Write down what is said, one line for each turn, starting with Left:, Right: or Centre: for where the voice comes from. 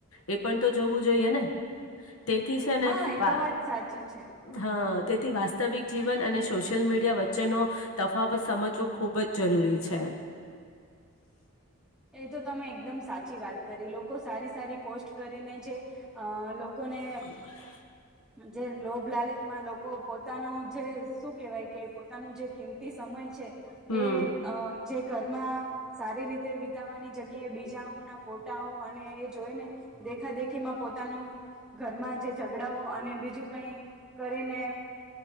Left: એ પણ તો જોવું જોઈએ ને તેથી છે ને
Centre: હા એ
Left: વા
Centre: તો વાત સાચી છે
Left: હા. તેથી વાસ્તવિક જીવન અને સોશિયલ મીડિયા વચ્ચેનો તફાવત સમજવો ખૂબ જ જરૂરી છે. <inaudible>
Centre: એ તો તમે એકદમ સાચી વાત કરી લોકો સારી સારી પોસ્ટ કરીને જે અ લોકોને
Left: <inaudible>
Centre: જે લોભ લાલચમાં લોકો પોતાના જે શું કેવાય કે પો તાનું જે કિંમતી સમય છે
Left: હમ.
Centre: એ અ જે ઘરમાં સારી રીતે વી ઉતાવાની જગ્યા એ બીજાઓ ના ફોટાઓ અને એ જોઈને દેખા દેખી માં પોતાનું ઘરમાં જે ઝઘડાઓ અને બીજું કંઈ કરીને